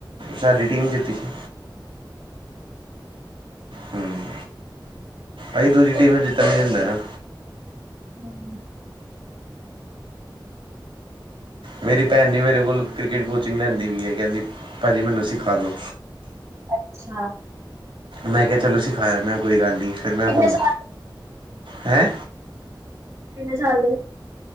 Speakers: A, on the right; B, on the right.
A: ਸਾਡੀ ਟੀਮ ਜਿੱਤੀ ਸੀ। ਹੂੰ ਅਸੀਂ ਦੂਜੀ ਟੀਮ ਨੂੰ ਜਿੱਤਣ ਨੀ ਦਿੰਦੇ ਨਾਂ।
B: ਹੂੰ।
A: ਮੇਰੀ ਭੈਣ ਜੀ ਮੇਰੇ ਕੋਲ ਕ੍ਰਿਕਟ ਕੋਚਿੰਗ ਲੈਂਦੀ ਵੀ ਹੈ ਕਹਿੰਦੀ ਭਾਜੀ ਮੈਨੂੰ ਸਿਖਾ ਦੋ?
B: ਅੱਛਾ।
A: ਮੈਂ ਕਿਹਾ ਚਲੋ ਸਿਖਾਈ ਦਿੰਨਾ ਕੋਈ ਗੱਲ ਨਹੀਂ ਫਿਰ ਮੈਂ
B: ਕਿੰਨੇ
A: ਹੁਣ
B: ਸਾਲ
A: ਹੈਂ।
B: ਉਹ ਕਿੰਨੇ ਸਾਲ ਦੇ ਨੇ।